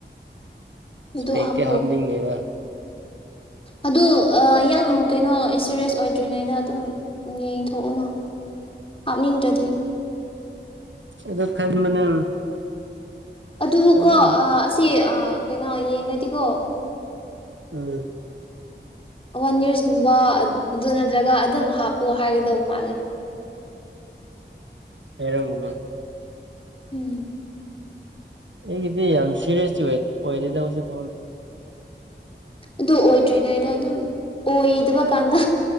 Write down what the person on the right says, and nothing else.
ꯏꯄꯦꯛꯇ
ꯍꯥꯞꯅꯤꯡ ꯂꯩꯕ
ꯑꯗꯨ ꯈꯟꯕꯅꯦ
ꯑꯗꯨ
ꯎꯝ
<unintelligible>
ꯑꯩꯒꯤꯗꯤ ꯌꯥꯝ ꯁꯤꯔꯦꯁꯁꯤ ꯥꯏ ꯄꯣꯏ ꯂꯩꯗ ꯍꯧ ꯎꯆ ꯐꯥꯎꯔ